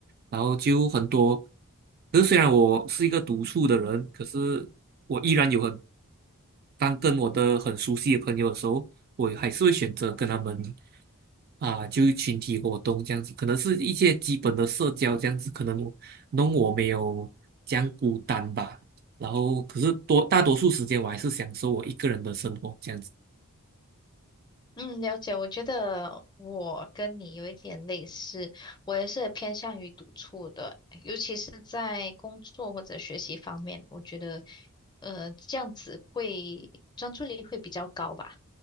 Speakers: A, on the right (about 45°); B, on the left (about 20°).
A: 然后就很多。可是虽然我是一个独处的人，可是我依然有很，当跟我的很熟悉的朋友的时候，我还是会选择跟他们啊，就群体活动这样子，可能是一些基本的社交这样子，可能我弄我没有这样孤单吧。然后，可是多大多数时间我还是享受我一个人的生活这样子。
B: 嗯，了解。我觉得我跟你有一点类似，我也是偏向于独处的，尤其是在工作或者学习方面，我觉得，呃，这样子会专注力会比较高吧。